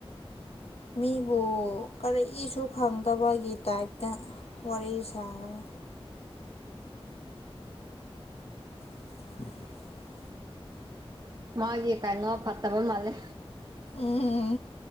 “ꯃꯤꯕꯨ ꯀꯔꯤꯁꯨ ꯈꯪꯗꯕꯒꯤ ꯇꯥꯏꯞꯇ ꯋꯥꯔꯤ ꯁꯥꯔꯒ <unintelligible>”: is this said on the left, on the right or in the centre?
Left